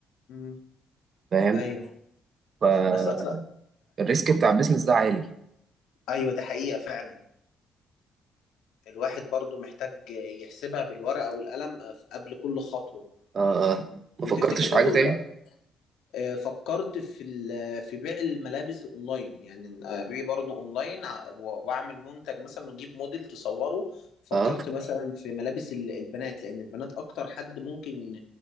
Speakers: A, on the left; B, on the right.
A: مم.
B: فاهم
A: ايوه
B: فالريسك
A: بس أص...
B: بتاع البيزنس ده عالي
A: ايوه ده حقيقة فعلا الواحد برضو محتاج يحسبها بالورقة والقلم قبل كل خطوة
B: اه آه. ما
A: وتفتكر
B: فكرتش في
A: برضو
B: حاجة تاني
A: لا آه، فكرت في ال- في بيع الملابس اونلاين يعني ابيع برضو اونلاين ع- و- واعمل منتج مثلا واجيب موديل تصوره فكرت
B: اه
A: مثلا في ملابس ال- البنات لان البنات اكتر حد ممكن